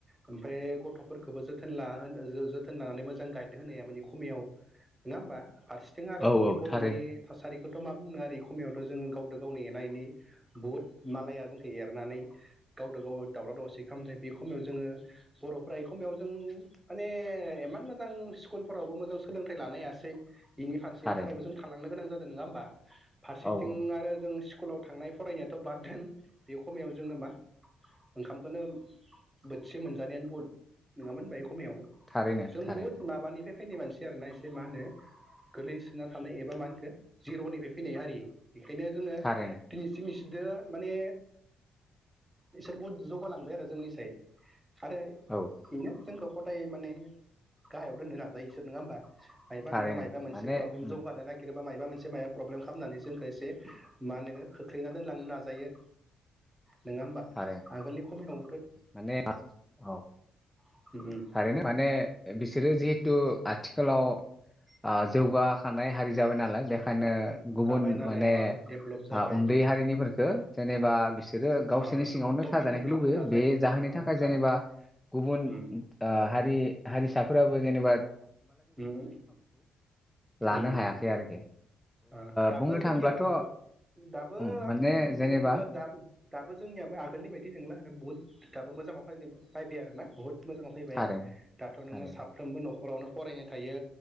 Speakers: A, on the right; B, in the centre.
A: ओमफ्राय गथफोरखौबो जोथोनला जो-थोन लानानै मोजां गाइद होना या माने खमयाव नङा होमबा? फारसेथिं आरो
B: औ
A: जोंनि
B: औ
A: बरनि
B: थारैनो
A: थासारिखौ। खौथ मा बुंनो आरो एखमयावथ जोङो गावद गावनि एनानायनि बुहुत मालाया जोंखौ एरनानै गावदो गाव दावराव दावसि खालामनाय बेखमयाव जोङो बरफ्रा एखमायाव जों माने इमान मोजां स्कुलफोरावबो मोजां सोलोंथाइ लानो हायासै इनि। बेनि थाखायबो
B: थारैनो
A: जों थालांनो गोनां जाद। नङा होमबा फारसेथिं
B: औ औ
A: आरो जों। कुलाव थांनाय फरायनायाथ बाद दोन बे खमायाव जोङो मा ओंखामखौनो बोथिसे मोनजानायानो बुल नङामोन होन। खमायाव
B: थारैनो
A: जों
B: थारैनो
A: बुहुद माबानिफाय फानाय मानसि आरोना एसे मा होनो गोलै। ना थानाय एबा मा होनखो जिरनिफाय फैनाय हारि। बेखायनो जोङो
B: थारैनो
A: दिनैसिम। बिदो माने बिसोर बहुद जौगालांबाय आरो जोंनिसाय। आरे
B: औ
A: बेनो जोंखौ गथाय माने गाहायाव दोननो नाजायोसोर नङा होमबा। मायबा
B: थारैनो
A: नङा मायबा मोनसे
B: माने उम
A: जौगानो नागि। माबा मोनसे मा प्रब्लेम खालामनानै जोंखौ एसे माहोनो खोख्लैना दोनलांनो नाजायो। नङा होमबा
B: थारैनो
A: आगोलनि खमायाव।
B: माने औ
A: उम उम
B: थारैनो माने बिसोरो जिहेथु। आथिखालाव ओ जौगाखानाय हारि जाबाय नालाय बेखायनो। गुबुन
A: जाबाय नालाय
B: माने
A: अ डेभलप जाबाय
B: आ-उन्दै हारिनिखो जेनेबा बिसोरो गावसोरनि
A: अ
B: सिङावनो
A: डमिनेट
B: थाजानायखौ
A: खालामनो
B: लुबैयो।
A: नाजायो
B: बे जाहोननि
A: अ
B: थाखाय जेनेबा
A: गा
B: गुबुन
A: उम
B: ओ हारि हारिसाफोर। बाबो जेनोबा
A: उम
B: लानो
A: उम
B: हायाखै आरोखि
A: ओ- दाबो
B: बुंनो
A: जोंनियाबो
B: थाङोब्लाथ'
A: दाबो
B: उम
A: <unintelligible>
B: माने जेनेबा
A: दाबो जोंनियाबो आगोलनि बादि नोंला बुथ। दाबो मोजाङाव फैनो फैबाय बायबाय आरोना बहुद। मोजाङाव फैबाय
B: थारैनो
A: दाथ नोङो
B: थारैनो
A: साफ्रोमबो नखरावनो। फरायनो थायो